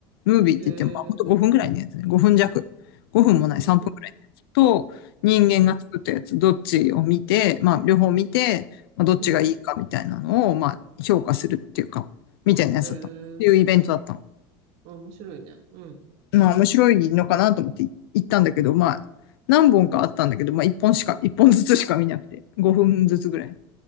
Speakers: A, on the left (about 80°); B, on the right (about 65°).
A: ムービーって言っても、
B: へえ、
A: まあ、ほんと5分ぐらいのやつね。5分弱。5分もない3分ぐらいのやつと、
B: うん、
A: 人間が作ったやつ、
B: うん、
A: どっちを見て、まあ、両方見て、まあ、どっちがいいかみたいなのを、
B: うん。
A: まあ、評価するっていうか、みたいなやつだったの。
B: へえ、
A: っていうイベントだったの。
B: あ、面白いね。うん、
A: まあ、面白いのかなと思って行ったんだけど、まあ、何本かあったんだけど、まあ、1本しか、一本ずつしか見なくて、5分ずつぐらいの